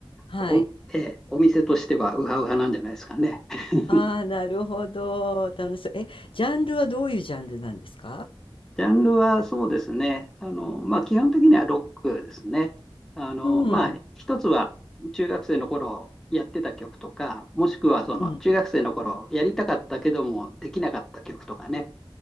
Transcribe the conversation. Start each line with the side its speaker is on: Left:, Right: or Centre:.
Left: はい。
Centre: お、えお店としてはウハウハなんじゃないですかね。<laughs>
Left: ああ、なるほど。楽しそう。え、ジャンルはどういうジャンルなんですか
Centre: ジャンルはそうですね。あの、まあ、基本的にはロックですね。あの、
Left: うん。
Centre: まあ、一つは中学生の頃やってた曲とか、もしくはその中学生の頃やりたかったけどもできなかった曲とかね。
Left: うん。